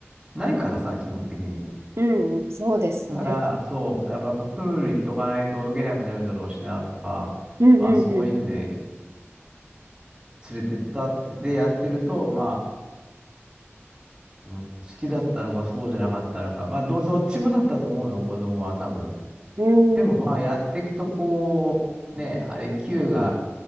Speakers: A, on the right (about 20°); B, on the right (about 70°).
A: ないからさ、基本的に。
B: うん、そうですね。
A: だから、そう、やっぱやっぱプール行っとかないと泳げなくなるだろうしなとか、
B: うんうん
A: まあそういうんで連れてったって、で、やってると、まあ、うん、好きだったのかそうじゃなかったのか、まあど、どっちもだったと思うよ、子供は多分。
B: うん。
A: でもまあやっていくとこう、
B: うん。
A: ね、あれ Q が